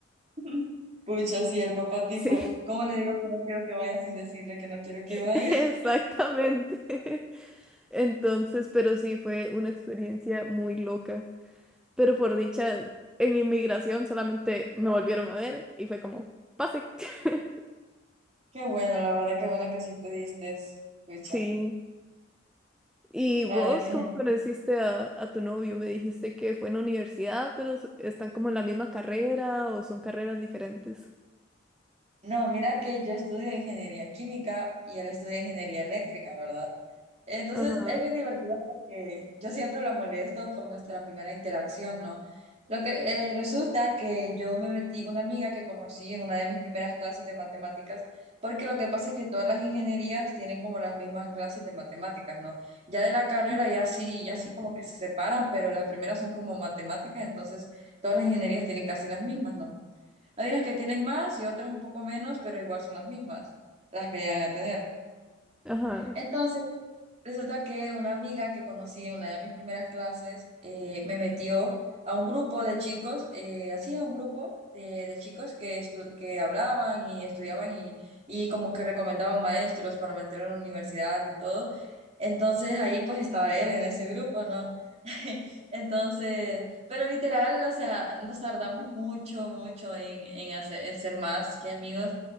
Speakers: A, on the right (about 30°); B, in the centre.
A: <laughs> Pucha, sí, el papá tipo,
B: Sí,
A: ¿cómo le digo que no quiero que vaya sin decirle que no quiero que
B: <laughs>
A: vaya?
B: exactamente.
A: <laughs>
B: <laughs> Entonces, pero sí, fue una experiencia muy loca. Pero por dicha, en inmigración solamente me volvieron a ver y fue como, pase. <laughs>
A: Qué bueno, la verdad, qué bueno que sí pudiste, pucha.
B: Sí. ¿Y vos
A: La verdad que
B: cómo
A: genial.
B: conociste a, a tu novio? Me dijiste que fue en la universidad, pero s- están como en la misma carrera o son carreras diferentes.
A: No, mira que yo estudio ingeniería química y él estudia ingeniería eléctrica, ¿verdad? Entonces
B: Ajá.
A: es bien divertido porque yo siempre lo molesto por nuestra primera interacción, ¿no? Lo que eh, resulta que yo me metí, una amiga que conocí en una de mis primeras clases de matemáticas, porque lo que pasa es que todas las ingenierías tienen como las mismas clases de matemáticas, ¿no? Ya de la carrera
B: Ujú.
A: ya sí, ya sí como que se separan, pero las primeras son como matemáticas, entonces todas las ingenierías tienen casi las mismas, ¿no? Hay unas que tienen más y otras un poco menos, pero igual son las mismas, las que llegan a tener.
B: Ajá.
A: Entonces, Resulta que una amiga que conocí en una de mis primeras clases eh, me metió a un grupo de chicos, eh, así a un grupo de, de chicos que, estu- que hablaban y estudiaban y, y como que recomendaban maestros para meter a la universidad y todo. Entonces ahí pues estaba él en ese grupo, ¿no? <laughs> Entonces, pero literal, o sea, nos tardamos mucho, mucho en, en, hacer, en ser más que amigos